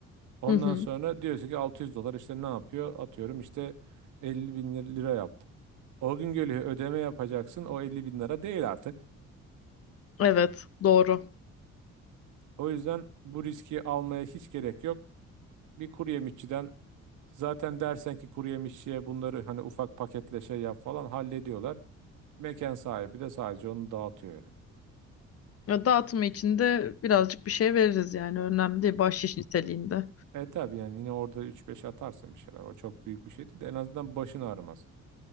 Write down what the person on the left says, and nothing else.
Hı hı.
Evet doğru.
Ya dağıtımı için de birazcık bir şey veririz yani önemli değil bahşiş niteliğinde.